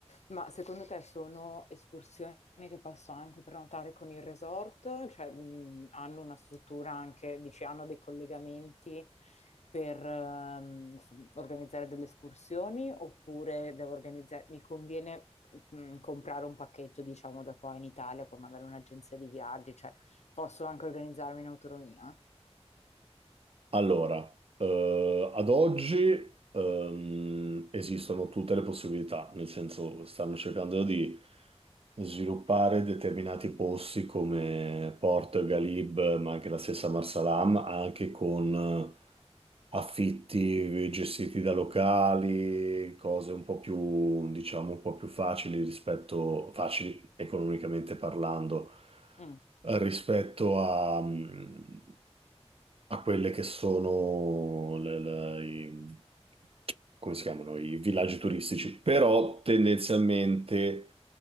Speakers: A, on the left; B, on the right.
A: ma secondo te sono escursioni che posso anche prenotare con il resort? Cioè, mh, hanno una struttura anche, dici, hanno dei collegamenti per ehm, f- organizzare delle escursioni oppure devo organizzare, mi conviene mh, comprare un pacchetto, diciamo, da qua in Italia con magari un'agenzia di viaggi, cioè posso anche organizzarmi in autonomia?
B: Allora, eh, ad oggi ehm, esistono tutte le possibilità, nel senso stanno cercando di sviluppare determinati posti come Porto e Galib, ma anche la stessa Marsalam, anche con eh, affitti gestiti da locali, cose un po' più, diciamo, un po' più facili rispetto, facili economicamente parlando,
A: Mm,
B: eh, rispetto a, mm, a quelle che sono le- le- i, come si chiamano, i villaggi turistici, però tendenzialmente